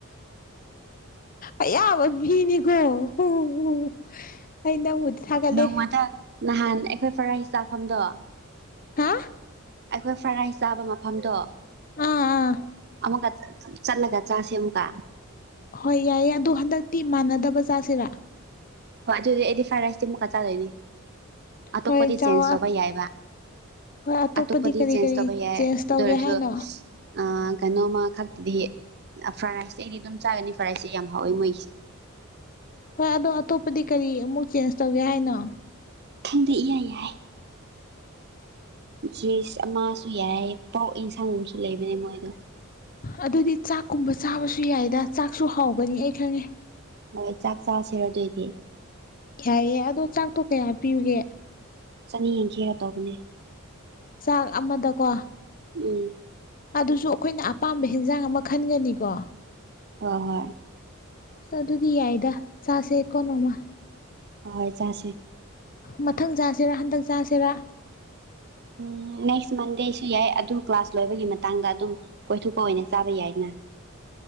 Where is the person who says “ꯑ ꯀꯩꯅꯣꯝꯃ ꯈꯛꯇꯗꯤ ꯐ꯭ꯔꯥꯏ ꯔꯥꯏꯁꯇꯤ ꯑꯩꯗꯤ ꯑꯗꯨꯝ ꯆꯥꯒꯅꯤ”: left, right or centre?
Right